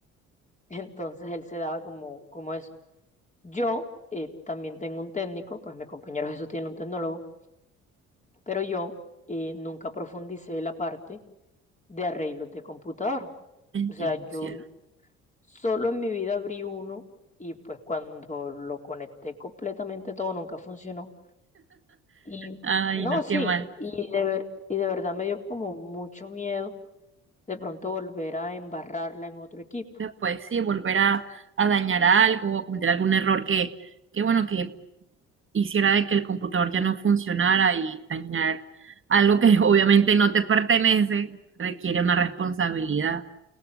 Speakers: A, on the left; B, on the right.
A: <laughs> entonces él se daba como, como eso. Yo eh, también tengo un técnico, pues mi compañero Jesús tiene un tecnólogo, pero yo eh, nunca profundicé la parte de arreglos de computador.
B: entiendo,
A: O sea, yo
B: cielo.
A: Solo en mi vida abrí uno y pues cuando lo conecté completamente todo nunca funcionó. Y
B: Ay,
A: no,
B: no,
A: sí,
B: qué mal.
A: y de ver, y de verdad me dio como mucho miedo de pronto volver a embarrarla en otro equipo.
B: Después sí, volver a, a dañar algo o cometer algún error que, que, bueno, que hiciera de que el computador ya no funcionara y dañar algo que <laughs> obviamente no te pertenece, requiere una responsabilidad.